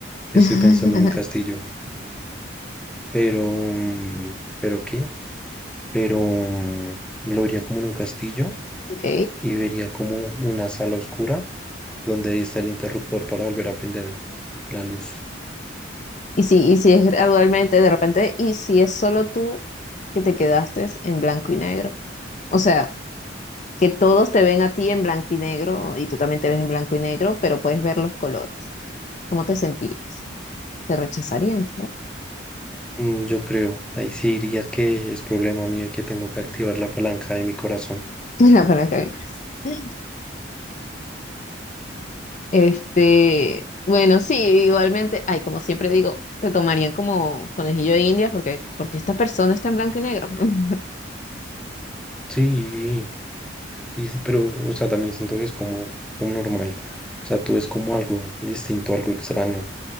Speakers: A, in the centre; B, on the left.
A: estoy
B: <laughs>
A: pensando en un castillo, pero, mm, ¿pero qué? Pero mm, lo vería como en un castillo
B: Ok.
A: y vería como una sala oscura donde ahí está el interruptor para volver a prender la luz.
B: Y si, y si es gradualmente, de repente, y si es solo tú que te quedaste en blanco y negro. O sea, que todos te ven a ti en blanco y negro y tú también te ves en blanco y negro, pero puedes ver los colores. ¿Cómo te sentirías? ¿Te rechazarían, quizás?
A: Mm, Yo creo, ahí sí diría que es problema mío y que tengo que activar la palanca de mi corazón.
B: <laughs> La palabra que me ocurre. Este, bueno, sí, igualmente, ay, como siempre digo, te tomarían como conejillo de India porque, porque esta persona está en blanco y negro. <laughs>
A: Sí. Y, s- pero, o sea, también siento que es como, como normal. O sea, tú es como algo distinto, algo extraño,